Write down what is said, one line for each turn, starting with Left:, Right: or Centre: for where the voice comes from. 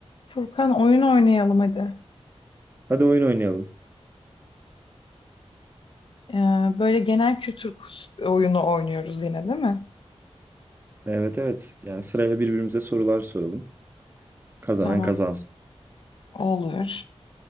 Left: Furkan oyun oynayalım hadi.
Right: Hadi oyun oynayalım.
Left: Ee, böyle genel kültür kus- oyunu oynuyoruz yine değil mi?
Right: Evet evet. Yani sırayla birbirimize sorular soralım. Kazanan
Left: Tamam.
Right: kazansın.
Left: Olur.